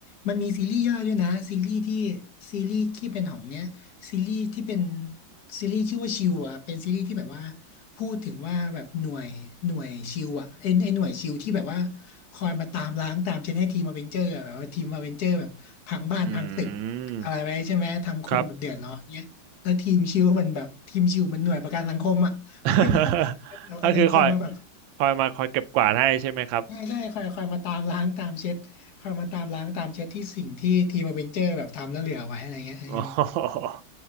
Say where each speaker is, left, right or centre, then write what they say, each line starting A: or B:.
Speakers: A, on the left; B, on the right.
A: มันมีซีรีส์ย่อยด้วยนะซีรีส์ที่ซีรีส์ที่เป็นของเนี้ยซีรีส์ที่เป็นซีรีส์ชื่อว่าชิวอ่ะเป็นซีรีส์ที่แบบว่าพูดถึงว่าแบบหน่วยหน่วยชิวอ่ะไอไอหน่วยชิวที่แบบว่าคอยมาตามล้างตามเช็ดให้ทีมอเวนเจอร์แบบว่าทีมอเวนเจอร์แบบพังบ้านพังตึก
B: อืม
A: อะไรไว้ใช่ไหมทำคนแบบเดือดร้อนเนี้ยแล้วทีมชิวมันแบบทีมชิวมันหน่วยประกันสังคมอ่ะ
B: ครับ
A: <laughs>
B: <laughs>
A: มันมันเรากำลังคอยมาแบบ
B: ก็คือคอยคอยมาคอยเก็บกวาดให้ใช่ไหมครับ
A: ได่ใช่คอยคอยมาตามล้างตามเช็ดคอยมาตามล้างตามเช็ดที่สิ่งที่ทีมอเวนเจอร์แบบทำแล้วเหลือไว้อะไรเงี้ยเออ
B: อ๋อ <laughs>